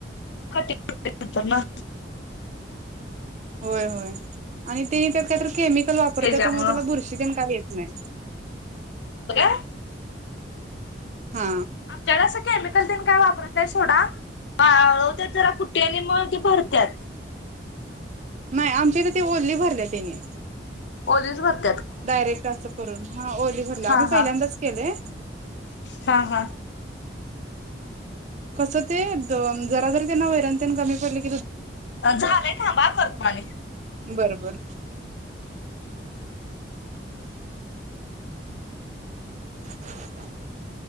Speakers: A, on the left; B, on the right.
A: कठीण होतंय नंतर न.
B: होय होय आणि त्यानी त्यात काही केमिक कल वापरत
A: त्याच्यामुळं
B: त्यामुळे त्या बुरशी तेन काय नाही
A: काय
B: हा
A: आमच्याकडे असं केमिकल तेन काही वापरत नाही सोडा वाळवतात जरा कुठीवाणी मग ते भरतात
B: नाही आमची इथ तर ती ओली भरल्या त्याने
A: ओलीच भरतात
B: डायरेक्ट असं करून हा ओली भरला
A: हा
B: आम्ही पहिल्यांदाच
A: हा
B: केलंय
A: हा हा
B: कस ते ज जरी त्यांना वैरन तेन कमी पडली
A: झालंय थांबा करतो अनिक
B: बरं बरं <unintelligible>